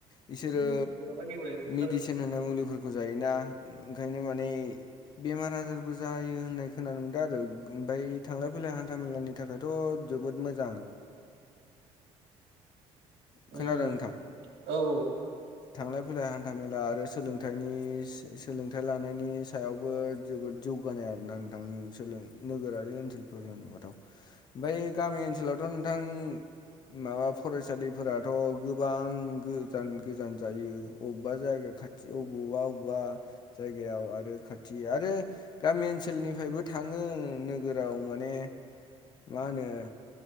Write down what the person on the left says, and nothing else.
बिसोरो
मिदिसिन होननाय मुलिफोरखौ जायो। दा ओंखायनो माने बेमार आजारबो जायो होननाय खोनानो मोनदों आरो ओमफाय थांलाय फैलाय हान्था मेलानि नि थाखायथ जोबोद मोजां
खोनादों नोंथां
थांलाय फैलाय हान्था मेला आरो सोलोंथाइनि सोलोंथाइ लानायनि सायावबो जोबोद जौगानाय आरोना नोंथां उम सोलों नोगोरारि ओनसोलफोर होनोबाथ ओमफ्राय गामि ओनसोलावथ नोंथां माबा फरायसालि फोराथ गोबां गोजान गोजान जायो अबबा जायगा खाथि अबबा अबबा बा जायगायाव आरो खाथि आरो गामि ओनसोलनिफ्रायबो थाङो नोगोराव माने मा होनो